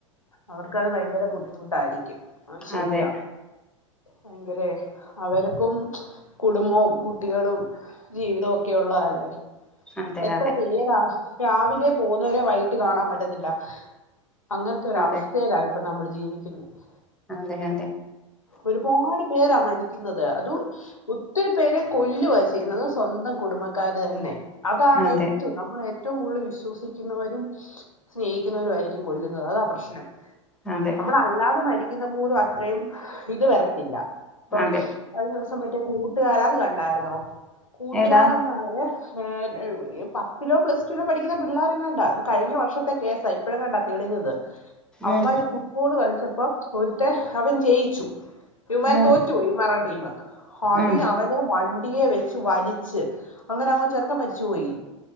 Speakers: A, on the left; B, in the centre.
A: അവർക്കത്, ഭയങ്ക, ബുദ്ധിമുട്ടായിരിക്കും. അത്, ശരിയാ,
B: അതെ
A: ഭയങ്കര, അവര് പ്പും, കുടുംബവും, കുട്ടികളും, ജീവിതവക്കെ, ഉള്ളതല്ലേ
B: അതെ
A: എത്ര,
B: അതെ
A: പേരാ, രാവിലെ, പോവന്നവരെ, വൈകിട്ട്, കാണാൻ, പറ്റത്തില്ല. അങ്ങനത്തെ, ഒര
B: അതെ
A: അവസ്ഥയിലാണ്, ഇപ്പൊ, നമ്മൾ, ജീവിക്കുന്നത്.
B: അതെ അതെ
A: ഒരുപാട്, പേരാ, മരിക്കുന്നത്, അതും, ഒത്തിരി, പേരെ, കൊല്ലുവ, ചെയ്യുന്നത്, സ്വന്തം കുടുംബക്കാര്, തന്നെ, അതാണ്,
B: അതെ
A: ഏറ്റവും, നമ്മള്, ഏറ്റവും, കൂടുതല്, വിശ്വസിക്കുന്നവരും സ്നേഹിക്കുന്നവരായിരിക്കും, കൊല്ലുന്നത്, അതാ പ്രശ്നം,
B: അതെ
A: നമ്മളല്ലാതെ, മരിക്കുന്ന, പോലു ഇത്, വരത്തില്ല, ഇപ്പൊ,
B: അതെ
A: കഴിഞ്ഞവസം, മറ്റേ, കൂട്ടുകാരാത്, കണ്ടായിരുന്നോ. കൂട്ടുകാരന്മാര്,
B: ഏതാ
A: എ, പത്തിലോ, പ്ലസ് പഠിക്കുന്ന, പിള്ളോരങ്ങണ്ട, അത്, കഴിഞ്ഞ, വർഷത്തെ, കേസാ, ഇപ്പഴങ്ങാണ്ട തെളിഞ്ഞത്, അവന്മാര്
B: ഉം
A: ഫുട്ബോള് കളിച്ചപ്പോ ഒരുത്തെ അവൻ ജയിച്ചു. ഇവമാര്
B: ഉം
A: തോറ്റുപോയി, ടീം അതിനവനെ,
B: ഉം
A: വലി ണ്ടിയെ വെച്ച വലിച് അങ്ങനെ ആ ചെർക്കൻ മരി പോയി,